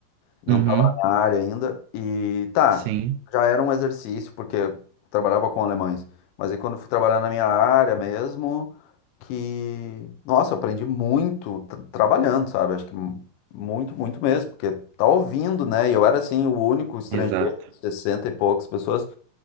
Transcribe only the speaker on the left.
não
estava na minha área ainda. E tá,
já era um exercício, porque eu trabalhava com alemães. Mas aí quando eu fui trabalhar na minha área mesmo, que, nossa, eu aprendi muito tra- trabalhando, sabe? Acho que mu- muito, muito mesmo, porque tá ouvindo, né? E eu era assim, o único estrangeiro,
60 e poucas pessoas,